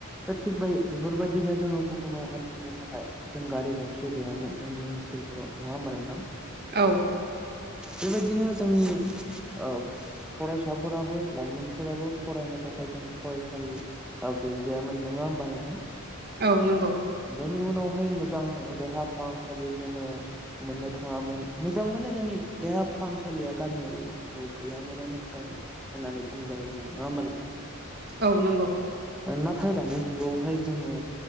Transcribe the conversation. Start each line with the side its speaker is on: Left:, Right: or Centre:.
Centre: दा थिग बाय बेफोरबायदिनो जोङो गुबुनाव हान्थिनो थाखाय जों गारि गंसे गैयामोन जोंनि ओनसोलफोराव नङा होनबा नोंथां
Right: औ
Centre: बेबायदिनो जोंनि ओ फरायसाफोराबो लाइमोनफोराबो फरायनो थाखाय जों फरायसालि गैजायामोन नोङा होनबा नोंथां।
Right: औ नंगौ
Centre: उनावहाय मोज मोजां देहा फाहामसालि जोङो मोननो थाखाय थाङामोन मोजां माने जोंनि देहा फाहामसालिया गामियारि ओनसोलफ्राव गैयामोनानो फ्राय होननानै बुंजायो जों नङा होमबा नोंथां।
Right: औ नंगौ
Centre: ओ नाथाय दानि जुगावहाय जोङो